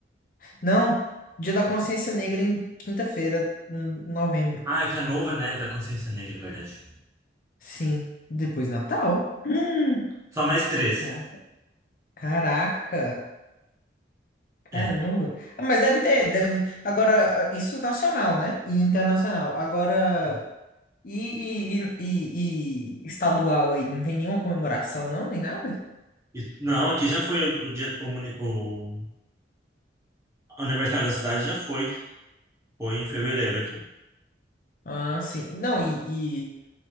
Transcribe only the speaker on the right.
Ah, é que é nova, né? Da Consciência Negra, é verdade.
Só mais três.
É.
E- Não, aqui já foi o o dia, o, muni- o aniversário da cidade já foi. Foi em fevereiro aqui.